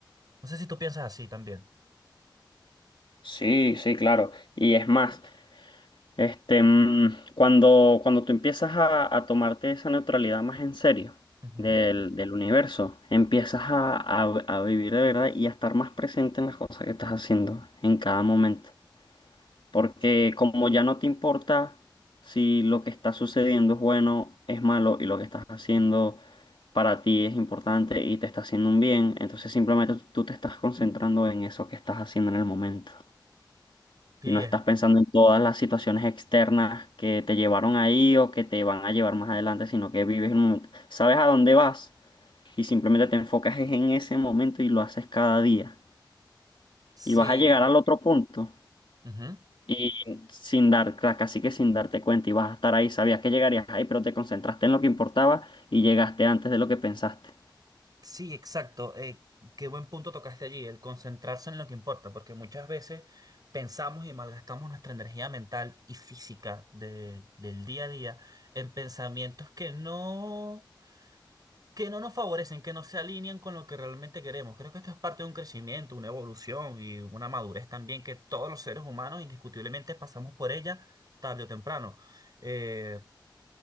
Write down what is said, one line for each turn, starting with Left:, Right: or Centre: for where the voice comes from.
Right: no sé si tú piensas así también.
Left: Sí, sí, claro. Y es más, este, mm, cuando, cuando tú empiezas a, a tomarte esa neutralidad más en serio
Right: Ujú.
Left: del, del universo, empiezas a, a- a vivir de verdad y a estar más presente en las cosas que estás haciendo en cada momento. Porque como ya no te importa si lo que está sucediendo es bueno, es malo y lo que estás haciendo para ti es importante y te está haciendo un bien, entonces simplemente tú te estás concentrando en eso que estás haciendo en el momento
Right: Sí,
Left: y no
Right: es.
Left: estás pensando en todas las situaciones externas que te llevaron ahí o que te van a llevar más adelante, sino que vives el momento, sabes a dónde vas y simplemente te enfocas es en ese momento y lo haces cada día
Right: Sí,
Left: y vas a llegar al otro punto.
Right: Ujú.
Left: Y sin dar, ca- casi que sin darte cuenta, y vas a estar ahí, sabías que llegarías ahí, pero te concentraste en lo que importaba y llegaste antes de lo que pensaste.
Right: Sí, exacto. Eh, qué buen punto tocaste allí, el concentrarse en lo que importa, porque muchas veces pensamos y malgastamos nuestra energía mental y física de- del día a día en pensamientos que no, que no nos favorecen, que no se alinean con lo que realmente queremos. Creo que esto es parte de un crecimiento, una evolución y una madurez también que todos los seres humanos indiscutiblemente pasamos por ella tarde o temprano. Eh,